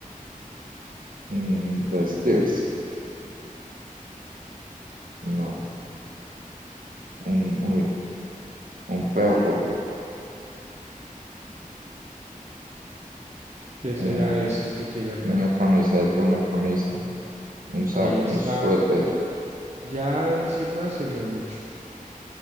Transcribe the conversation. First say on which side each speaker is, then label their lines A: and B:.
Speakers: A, on the right (about 75°); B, on the right (about 50°).
A: Mm, vestirse. No. Un, uy, un perro.
B: ¿qué
A: Eh,
B: será esto que tiene acá?
A: una camiseta, una camisa. Un saco,
B: Ahí está.
A: un suéter.
B: Ya decir más sería mucho,